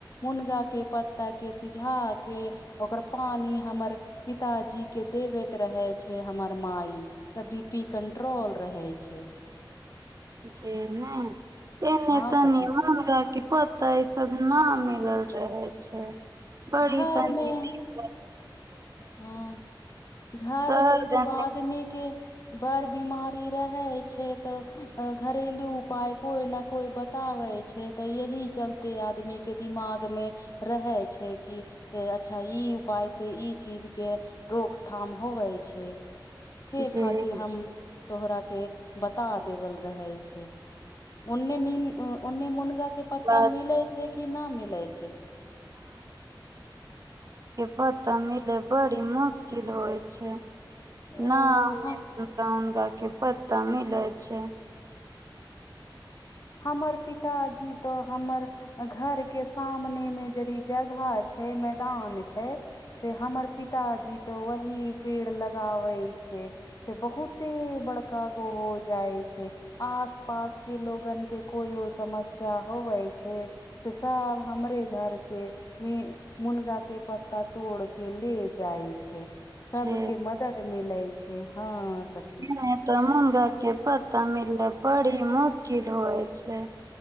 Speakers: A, on the left (about 45°); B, on the right (about 45°).
A: मुनगा के पत्ता के सिझा के ओकर पानि हमर पिताजी के देबैत रहै छै हमर माइ तऽ बीपी कणट्रोल रहै छै
B: जे ने एने
A: हँ
B: तनी
A: सखी
B: मुनगा के पत्ता ई सब न मिलल रहै छै बड़ी
A: घर
B: तनि
A: मे
B: दिक्क़त
A: हँ घरमे
B: शहर
A: जब आदमी के बर बिमारी रहै छै तऽ घरेलू उपाय कोई ने कोई बताबे छै तऽ यही चलते आदमी के दिमाग मे रहै छै की अच्छा इ उपाय से इ चीज के रोकथाम होबै छै से
B: जे
A: खातिर हम तोहरा के बता देवल रहै छै ओन्ने नीम ओन्ने मुनगा के पत्ता
B: बात
A: मिलै छै की ना मिलै छै
B: पता मिलै बड़ी मुश्किल होइ छै
A: ओ
B: न
A: ह
B: <unintelligible> के पता मिलै छै
A: हमर पिताजी तऽ हमर घर के सामने मे जदि जगह छै मैदान छै से हमर पिताजी तऽ वही पेड़ लगाबै छै से बहुते बड़का गो हो जाइ छै आस- पास के लोगन के कोइो समस्या होवै छै से सब हमरे घर से मुनगा के पत्ता तोड़ के ले जाइ छै सबके
B: छै
A: मदद मिलै छै जे हँ सखी
B: नहि तऽ मुनगा के पता मिलले बड़ी मुश्किल होइ छै